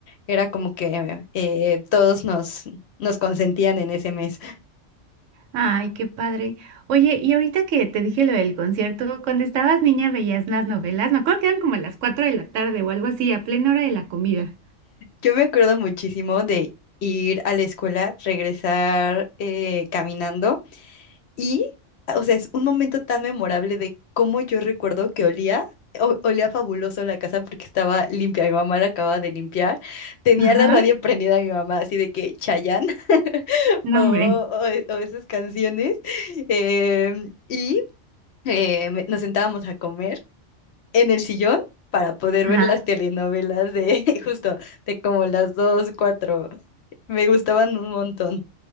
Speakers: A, on the left; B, on the right.
A: era como que eh, todos nos, nos consentían en ese mes.
B: Ay, qué padre. Oye, y ahorita que te dije lo del concierto, cuando estabas niña veías las novelas, me acuerdo que eran como a las 4 de la tarde o algo así, a plena hora de la comida.
A: Yo me acuerdo muchísimo de ir a la escuela, regresar eh, caminando y, o sea, es un momento tan memorable de cómo yo recuerdo que olía, o- olía fabuloso la casa porque estaba limpia, mi mamá la acababa de limpiar, tenía
B: Ajá,
A: la radio prendida mi mamá, así de que Chayanne <laughs>
B: no,
A: o,
B: hombre.
A: o- e, o esas canciones. em, y eh, me- nos sentábamos a comer en el sillón para poder
B: Ajá.
A: ver las telenovelas de <laughs> justo de como las dos, cuatro. Me gustaban un montón.